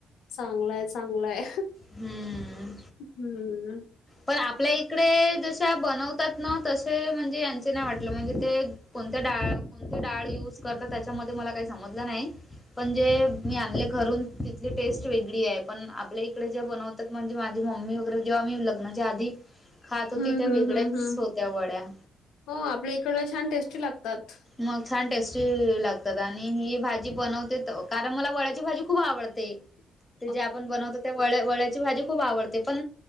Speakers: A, on the left; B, on the left.
A: चांगलंय चांगलंय
B: हम्म
A: हम्म.
B: पण आपल्या इकडे जशा बनव तात ना तसे म्हणजे यांचे नाही वाटलं म्हणजे ते कोणते डाळ कोणते डाळ यूज करता त्याच्यामध्ये मला काही समजलं नाही. पण जे मी आणले घरून तिथली टेस्ट वेगळी आहे. पण आपल्या इकडे ज्या बन म्हणजे माझी मम्मी वगैरे जेव्हा मी लग् ज्या आधी खात होती
A: हं,
B: त्या
A: हं,
B: वेगळ्याच
A: हं, हं.
B: होत्या वड्या.
A: हो आपल्या इकडला छान टेस्टी लागतात.
B: मग छान टेस्टी लागतात आणि ही भाजी बनवते कारण मला वळ्याची भाजी खूप आवडते.
A: <unintelligible>
B: ते जे आपण बनवतो त्या वळ्या वळ्याची भाजी खूप आवडते पण